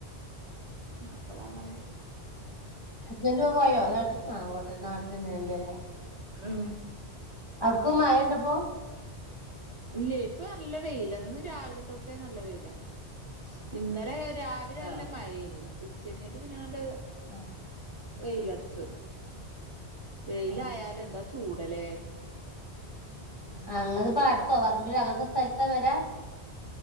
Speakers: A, on the right (about 35°); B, on the left (about 20°).
A: നാപ്പതാവാനായി
B: ചെല്ലുവാ പോയോ നാട്ടി ആ പോട്ടെ നാട്ടിൽ അന്നെയാല്ലേ
A: ഉം
B: അവിടക്ക് മഴ ഇണ്ടപ്പോ
A: ഇല്ല ഇപ്പൊ നല്ല വെയിലാ ഇന്ന് രാവിലെ തൊട്ടേ നല്ല വെയിലാ ഇന്നലെ രാവിലെ
B: ആ
A: നല്ല മഴേയേനി ഉച്ചരിഞ്ഞിട്ട് പിന്നെ അങ്ങണ്ട്
B: ആ
A: വെയിലടിച്ചു വെയിലായാലും
B: ഏ
A: എന്താ ചൂടല്ലേ ഉം
B: അങ്ങത് പാടത്തോ പറമ്പിലോ അങ്ങനത്തെ സ്ഥലത്താ വരാ